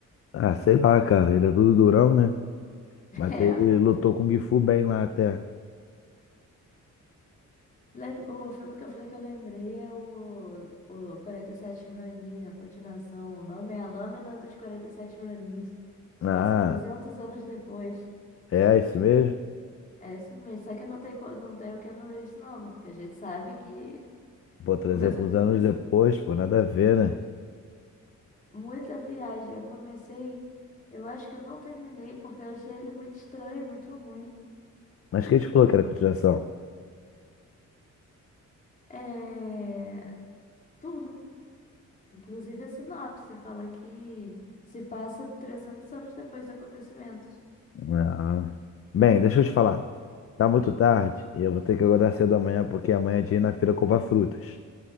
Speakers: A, on the left; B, on the left.
A: Ah, sei lá, cara. Ele é tudo durão, né?
B: <laughs>
A: Mas
B: É.
A: ele lutou com o Gifu bem lá até.
B: Lem- O filme que eu falei que eu lembrei é o, o 47 Ronin, a continuação. O nome é A Lâmina dos 47 Ronins. Se
A: Ah,
B: passa 300 anos depois.
A: é isso mesmo?
B: É isso mesmo. Só que não tem, co- não tem o Keanu Reeves, não, né? Porque a gente sabe que
A: Pô,
B: <laughs>
A: 300
B: os acontecimentos.
A: anos depois, pô, nada a ver, né?
B: Muita viagem. Eu comecei. Eu acho que eu não terminei porque eu achei ele muito estranho, muito ruim.
A: Mas quem te falou que era continuação?
B: É. Tudo. Inclusive a sinopse fala que se passa 300 anos depois dos acontecimentos.
A: Ah. Bem, deixa eu te falar. Tá muito tarde e eu vou ter que acordar cedo amanhã porque amanhã é dia de ir na feira comprar frutas.